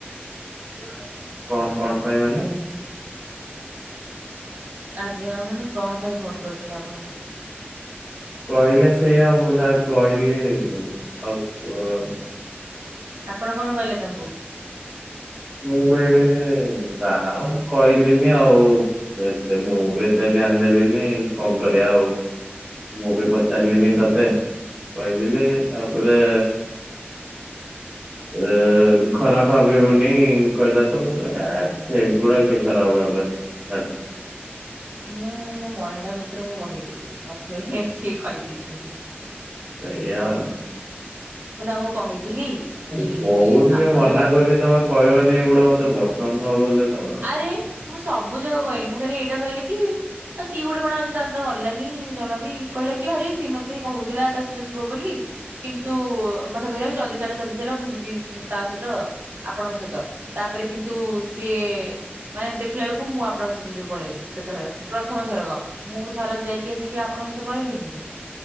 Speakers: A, on the right; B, on the right.
A: <unintelligible>
B: କଣ କଣ ପାଇଁ ମାନେ?
A: ଆଜ୍ଞା ମାନେ କଣ ପାଇଁ ଫୋନ୍ କରିଥିଲେ ଆପଣଙ୍କୁ?
B: କହିଲେ ସେଇଆ ଆଉ ମୁଁ ଯାହା କହିଲି ଆଉ ଅ,
A: ଆପଣ କଣ କହିଲେ ତାଙ୍କୁ?
B: ମୁଁ କହିଲି ଆଉ କହିଲିନି ଆଉ। ଏତେ ମୁଁ ବି ଏତେ ଧ୍ୟାନ ଦେଲିିନି କଣ କରିବା ଆଉ। ମୁଁ ବି ପଚାରିଲିନି ତୋତେ କହିଦେଲି। ତାପରେ ଏ ଖରାପ ଭାବିବୁନି କହିଲା ତ ମୁଁ କହି ଏ ସେଗୁଡା କିଏ ଖରାପ ଭାବେ। ତାର
A: ମୁଁ ମୋ ମହିଳା ମିତ୍ରଙ୍କୁ କହିଥିଲି ବୋଧେ ସିଏ କହିଦେଇଛନ୍ତି।
B: ସେଇଆ।
A: ମୁଁ ତାଙ୍କୁ କହିଥିଲି
B: ମୁଁ
A: କି
B: କହୁଥିଲି
A: ଆପଣ
B: ମନା
A: ଯୋଗ
B: କଲେେ ତୋମେ କହିବନି ଏଇଗୁଡା ମୋତେ ପସନ୍ଦ ନୁହଁ ବୋଲି। ତୋମେ
A: ଆରେ ମୁଁ ସବୁ ଯାକ କହିନି ମୁଁ ଖାଲି ଏଇଟା କହିଲି କି ଆ ସିଏ ଗୋଟେ କଣ ଆଜି ତା ସହିତ ଗଲାନି ଜମା ବି କହିଲା କି ଆରେ ସିଏ ମୋତେ କହୁଥିଲା ତା ସହ ଯିବ ବୋଲି। କିନ୍ତୁ ମୋତେ କହିଲା କି ଜଲଦି ଚାଲ ଜଲଦି ଚାଲ ମୁଁ ଯିବି ଉଁ, ତା ସହିତ। ଆପଣଙ୍କ ସହିତ ତାପରେ କିନ୍ତୁ ସିଏ ମାନେ ଦେଖିଲା ବେଳକୁ ମୁଁ ଆପଣଙ୍କ ସହିତ ଯୋଉ ପଳେଇଲି ସେତେବେଳେ ପ୍ରଥମ ଥରକ। ମୁଁ ଥର ଯାଇକି ଆସିକି ଆପଣଙ୍କ ସହିତ ପଳେଇଲିନି କି।